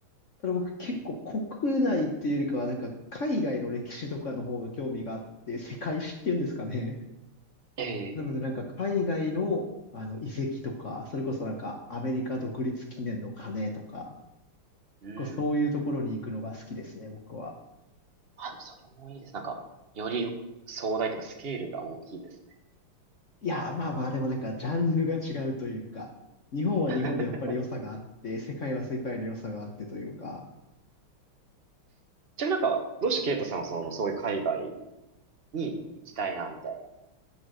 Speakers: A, on the left (about 50°); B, on the right (about 40°).
A: ただ僕結構国内っていうよりかは、
B: うんうん
A: なんか海外の歴史とかの方が興味があって、世界史っていうんですかね。
B: ええ
A: なのでなんか海外の、あの遺跡とか、それこそなんかアメリカ独立記念の鐘とか、
B: うん。
A: 結構そういうところに行くのが好きですね、僕は。
B: あ、でもそれもいいです。なんか、より壮大というかスケールが大きいですね。
A: いや、まあまあ、でもなんか、ジャンルが違うというか、日本は日本でやっぱり良さがあって、
B: <laughs>
A: 世界は世界の良さがあってというか、
B: ちなみになんか、どうしてケイトさんはその、そういう海外に行きたいな、みたいな、